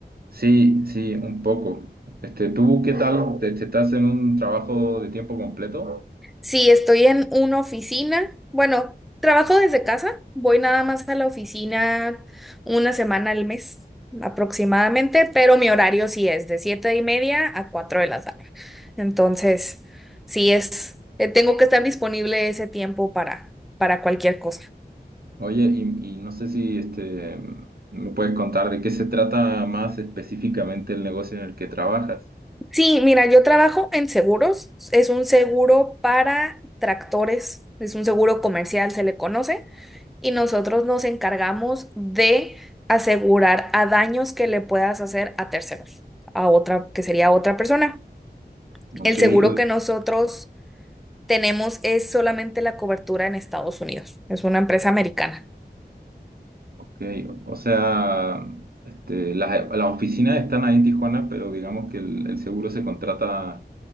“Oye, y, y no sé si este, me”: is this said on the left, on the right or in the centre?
Right